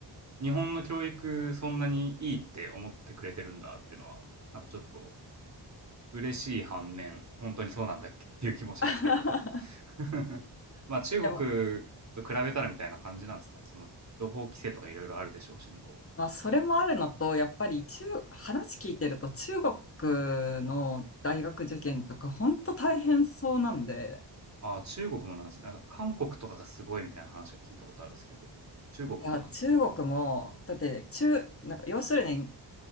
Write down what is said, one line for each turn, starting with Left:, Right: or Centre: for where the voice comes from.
Right: 日本の教育そんなにいいって思ってくれてるんだっていうのは、なんかちょっと嬉しい反面、本当にそうなんだっけっていう気もしますけど。
Left: <laughs>
Right: <laughs> まあ中国と比べたらみたいな感じなんですかね。
Left: でも、
Right: その情報規制とかいろいろあるでしょうし、向こ
Left: まあ、それもあるのと、やっぱり中、話聞いてると中国の大学受験とか、本当大変そうなんで、
Right: うは。ああ、中国もなんですね。なんか韓国とかがすごいみたいな話を聞いたことあるんですけど、中国もなんだ。
Left: いや、中国も、だって中、なんか要するに、